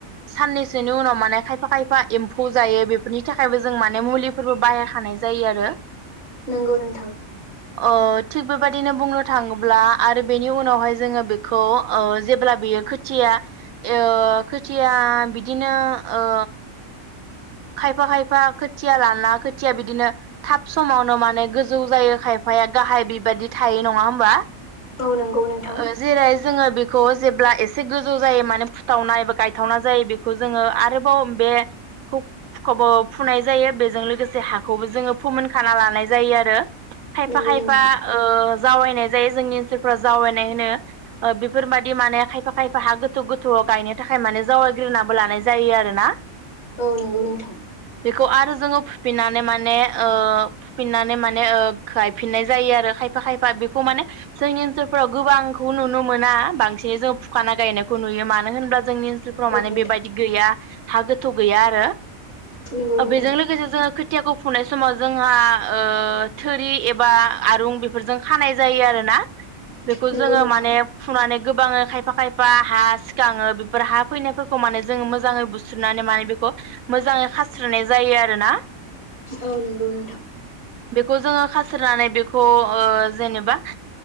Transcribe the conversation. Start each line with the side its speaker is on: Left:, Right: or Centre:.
Right: साननैसोनि उनाव माने खायफा खायफा एम्फौ जायो बे बिनि थाखायबो जों माने मुलि फोरबो बाहाय खानाय जायो आरो
Left: नंगौ नोंथां।
Right: ओ थिग बेबायदिनो बुंनो थाङोब्ला। आरो बेनि उनावहाय जोङो बेखौ ओ जेब्ला बेयो खोथिया ओ खोथिया बिदिनो ओ खायफा खायफा खोथिया लाना खोथिया बिदिनो थाब समावनो माने गोजौ जायो खायफाया गाहाय बिबायदि थायो नङा होमबा?
Left: औ नंगौ नोंथां
Right: ओ जेरै जोङो बेखौ जेब्ला एसे गोजौ जायो माने फुथावनाय बा गायथावना जायो बेखौ जोङो आरोबाव बे खौ खौबो फुनाय जायो बेजों लोगोसे हाखौबो जोङो फोमोन खाना लानाय जायो आरो खायफा
Left: नंगौ
Right: खायफा
Left: नोंथां
Right: ओ जावायनाय जायो जोंनि ओनसोल फोराव जावैनाय होनो बेफोरबाददि माने खायफा खायफा हा गोथौ गोथौआव गायनो थाखाय माने जावग्रोनाबो लानाय जायो आरोना
Left: औ नंगौ नोंथां।
Right: बेखौ आरो जोङो फुफिननानै माने ओ फुफिननानै माने ओ गायफिननाय जायो आरो खायफा खायफा बेखौ माने जोंनि ओनसोलफोराव गोबांखौ नुनो मोना बांसिनै जोङो फुखाना गायनायखौ नुयो मानो होनोबा जोंनि ओनसोलफोराव माने
Left: औ नोंथां
Right: बेबायदि गैया हा गोथौ गैया आरो‌
Left: नंगौ
Right: ओ
Left: नोंथां
Right: बेजों लोगोसे जोङो खोथियाखौ फुनाय समाव जोंहा ओ थोरि एबा आरुं बेफोरजों खानाय जायो आरोना। बेखौ
Left: नंगौ
Right: जोङो
Left: नोंथां
Right: माने फुनानै गोबाङो खायफा खायफा हा सिखाङो बेफोर हा फैनायफोरखौ माने जोङो मोजाङै बुस्रुनानै माने बेखौ मोजाङै खास्रिनाय जायो आरो ना।
Left: औ नंगौ नोंथां।
Right: बेखौ जोङो खास्रिनानै बेखौ ओ जेनेबा